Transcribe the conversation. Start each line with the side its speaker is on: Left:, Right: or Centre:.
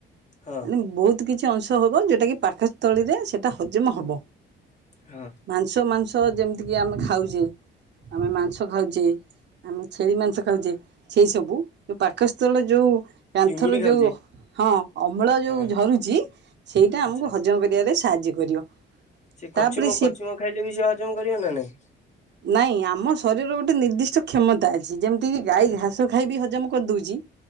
Left: ହଁ
Right: ମାନେ ବହୁତ କିଛି ଅଂଶ ହବ ଯଉଟା କି ପାକସ୍ଥଳୀରେ ସେଇଟା ହଜମ ହବ।
Left: ହଁ
Right: ମାଂସ ମା ମାଛ ଯେମତିକି ଆମେ ଖାଉଛି ଆମେ ମାଂସ ଖାଉ ଯେ ଆମେ ଛେଳି ମାଂସ ଖାଉଛେ। ସେଇ ସବୁ ଯୋଉ ପାକସ୍ ସେଇଟା ଯୋଉ କାନ୍ଥରୁ
Left: ଚିଙ୍ଗୁଡି ଖାଉଛେ
Right: ଯୋଉ ହଁ ଅମ୍ଳ ଯୋଉ
Left: ହଁ
Right: ଝରୁଛି ସେଇଟା
Left: ଆଚ୍ଛା
Right: ଆମକୁ ହଜମ କରିବାରେ ସା ସାହାଯ୍ୟ କରିବ।
Left: ସେ କଛିମ
Right: ତାପରେ ସେ
Left: କଛିମ ଖାଇଲେ ବି ସେ ହଜମ କରିବ ନା ନାହିଁ?
Right: ନାଇଁ ଆମ ଶରୀରର ଗୋଟେ ନିର୍ଦ୍ଦିଷ୍ଟ କ୍ଷମତା ଯେ ଯେମିତି କି ଗାଈ
Left: ଆଚ୍ଛା
Right: ଘାସ ଖାଇବି ହଜମ କରିଦେଉଛି